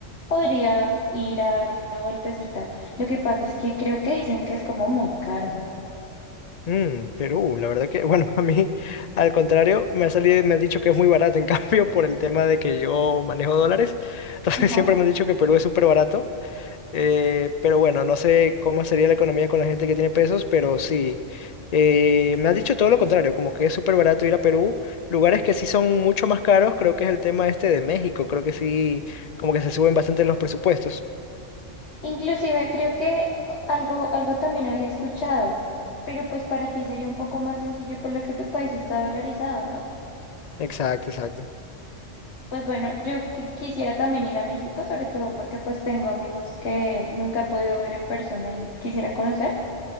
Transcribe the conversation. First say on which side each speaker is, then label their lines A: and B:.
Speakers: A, on the left; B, on the left.
A: podría ir a darme una vueltecita. Lo que pasa es que creo que dicen que es como muy caro.
B: Mm, Perú, la verdad que, bueno, <laughs> a mí, al contrario, me ha salido, me han dicho que es muy barato, en <laughs> cambio, por el tema de que yo manejo dólares, entonces
A: Ajá.
B: <laughs> siempre me han dicho que Perú es súper barato, eh, pero bueno, no sé cómo sería la economía con la gente que tiene pesos, pero sí, eh, me han dicho todo lo contrario, como que es súper barato ir a Perú, lugares que sí son mucho más caros, creo que es el tema este de México, creo que sí, como que se suben bastante los presupuestos.
A: Inclusive creo que uh, algo, algo también había escuchado, pero pues para ti sería un poco más sencillo por lo que tu país está dolarizado, ¿no?
B: Exacto, exacto.
A: Pues bueno, yo qui- quisiera también ir a México, sobre todo porque pues tengo amigos que nunca he podido ver en persona y quisiera conocer.